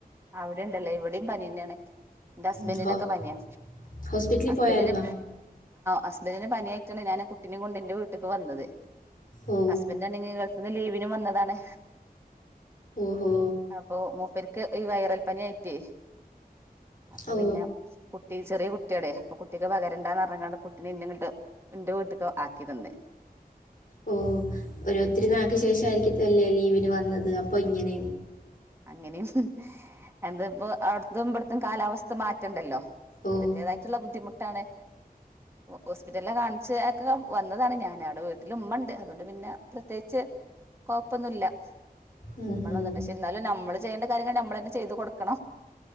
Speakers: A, on the right; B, on the left.
A: അവിടെണ്ടല്ലേ ഇവിടെയും പനന്നെയാണ്. അസ്ബൻഡിനൊക്കെ
B: ഉം, ഹോ-
A: പനിയാ
B: ഹോസ്പിറ്റലിൽ
A: ഹസ്ബൻറ്റിന്ആ
B: പോയായിരുന്നോ
A: ഹസ്ബൻഡന്റെ പനിയെ അ ഞാൻ കുട്ടിനെ കൊണ്ട് എന്റെ വീട്ടിലക്ക് വന്നത്
B: ഓ
A: ഹസ്ബന്റ് ആണെങ്കിൽ ഗേൾഫീന്ന് ലീവിന് വന്നതാണ്.
B: ഓഹോ
A: ഓ അപ്പൊ മൂപ്പേർക്ക് ഈ വൈറൽ പനി ആയിട്ടേ അപ്പൊ
B: ഓ
A: പിന്നെ കുട്ടി ചെറിയ കുട്ടിയടടെ അപ്പൊ കുട്ടിക്ക് പകരണ്ടാന്ന് പറഞ്ഞാണ്ട് കുട്ടിനെ ഇന്ന ഇട്ട് എന്റെ വീട്ടക്ക് ആക്കി തന്നെ
B: ഓ ഒരു ഒത്തിരി നാൾക്ക് ശേഷം ആരിക്കതല്ലേ ലീവിന് വന്നത് അപ്പൊ ഇങ്ങനെ
A: അങ്ങനെയും എന്താപ്പൊ അവിടത്തും ഇവിടത്തും കാലാവസ്ഥ മാറ്റണ്ടല്ലോ?
B: ഓ
A: അതിന്റേതായിട്ടുള്ള ബുദ്ധിമുട്ടാണ്. ഹോസ്പിറ്റലില കാണിച്ചക്കെ വന്നതാണ് ഞൻ അവിടെ വീട്ടില ഇമ്മണ്ട് അതുകൊണ്ട് പിന്നെ പ്രത്യേകിച്ച് കൊഴപ്പൊന്നുല്ല.
B: ഉം,
A: നമ്മളന്നണ്ടഷെ
B: ഉം.
A: എന്നാലും നമ്മള് ചെയ്യേണ്ട കാര്യങ്ങൾ നമ്മൾ ചെയ്തു കൊടുക്കണം.